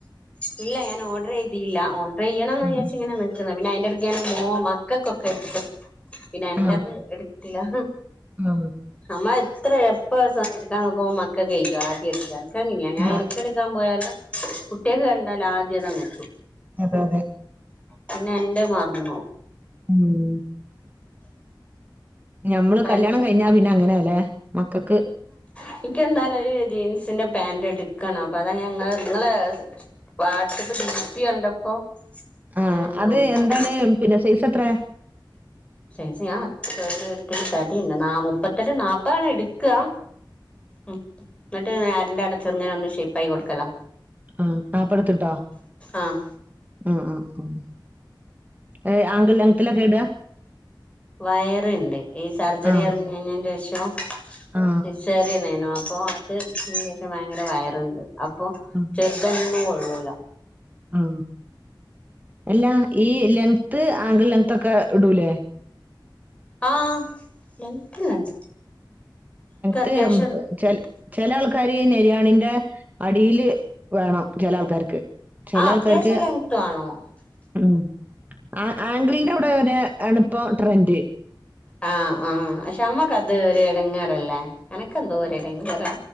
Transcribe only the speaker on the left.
ഇല്ല ഞാൻ ഓഡർ ചെയ്തില്ല ഓഡർ ചെയ്യണന്ന്
വ്യാച്ച് ഇങ്ങനെ നി <unintelligible> പിന്നെ അയിന്റെടക്ക് ഞാന് മോ മക്കക്കൊക്കെ എടുക്കും പിന്നെ എന്റത്
എടുത്തിലാ
അമ്മായെ ഇത്ര എപ്പം സ എടുക്കാൻ നോക്കുമമ്പം മക്കെക്കെയിക്കും ആദ്യം എടുക്കാറ് എന്ക്ക് അങ്ങനെയാ ഞാൻ
എനക്ക് എടുക്കാൻ പോയാലും കുട്ടികക്ക് കണ്ടാലാദ്യതങ്ങനെ
പിന്നെ എന്റെ മറന്നോം
എന്നിട്ട്
എനിക്കെന്തായാലും ഒരു ജീൻസിന്റെ പാന്റ് എടുക്കണം അപ്പ അതാ ഞാൻ ങ്ങളെ നിങ്ങളേ വാട്സ്അപ്പ് ടീപ്പി കണ്ടപ്പോ
ഞാൻ ചോദിച്ചു
സൈസ് ഞാ <unintelligible> ഇത്തിരി തടി ഉണ്ട് നാ മുപ്പത്തെട്ട് നാപ്പതാണ് എടുക്ക്കാ എന്നിട്ട് <unintelligible> ഇങ്ങനെ ഒന്നു ഷേപ്പായി കൊടുക്കലാ
ആഹ്
വയറിണ്ട് ഈ സർജറി
കറിഞ്ഞഞ്ഞേന്റെ ഷോം
സിസേറിനനു അപ്പൊ അത് അതിന്റേശേഷം ഭയങ്കര വയറുണ്ട് അപ്പൊ
ചെറുതൊന്നും കൊള്ളൂല്ലാ
ആഹ് <unintelligible> ക്ക് അത്യാവശ്യം
ആ അത്യാവശ്യം
ലെങ്ത്ത് വേണം
ആ ആ പക്ഷെ അമ്മക്കത് ഒരടങ്ങേറല്ലേ എനക്കെന്തോ ഒ ഒരടങ്ങേറാ